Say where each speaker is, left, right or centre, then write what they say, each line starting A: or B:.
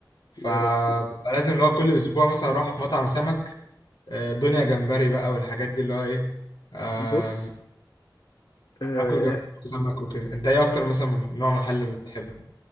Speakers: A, on the left; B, on the left.
A: فببقى
B: يا ربي
A: لازم اللي هو كل اسبوع مثلا اروح مطعم سمك آه، دنيا جمبري بقى والحاجات دي اللي هو ايه آم،
B: بص آه
A: اكل جمبري وسمك وكده انت ايه اكتر مثلا نوع محل بتحبه